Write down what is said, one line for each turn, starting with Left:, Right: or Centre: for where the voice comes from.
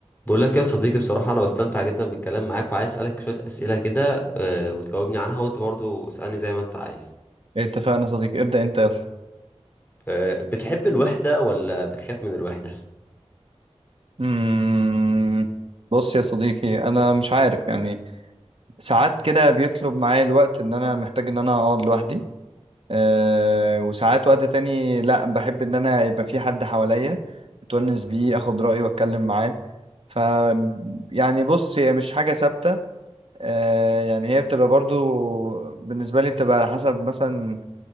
Left: بقول لك يا صديقي بصراحة أنا بستمتع جدا بالكلام معاك وعايز أسألك شوية أسئلة كده آه، وتجاوبني عنها وأنت برضو اسألني زي ما أنت عايز
Right: اتفقنا يا صديقي ابدأ انت يلا
Left: آه، بتحب الوحدة ولا بتخاف من الوحدة؟
Right: مم... بص يا صديقي انا مش عارف يعني ساعات كده بيطلب معايا الوقت ان انا محتاج ان انا اقعد لوحدي أه وساعات وقت تاني لا بحب ان انا يبقى في حد حواليا اتونس بيه اخد رأيه واتكلم معاه ف يعني بص هي مش حاجة ثابتة أه يعني هي بتبقى برضو بالنسبة لي بتبقى على حسب مثلا